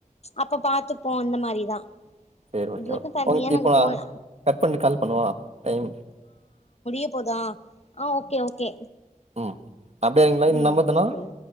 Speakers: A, on the left (about 50°); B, on the right (about 50°).
A: அப்ப பாத்துப்போ அந்த மாரிதா
B: சேர் ஓகே
A: இது வரைக்கு தனியா
B: ம் இப்ப
A: நாங்க போல
B: கட் பண்ட்டு கால் பண்ணவா டைம் <inaudible>
A: இப்போதா ஆ ஓகே ஓகே
B: ம் அப்டியே அங்க லைன்
A: ம்
B: நம்மதுனா
A: ம்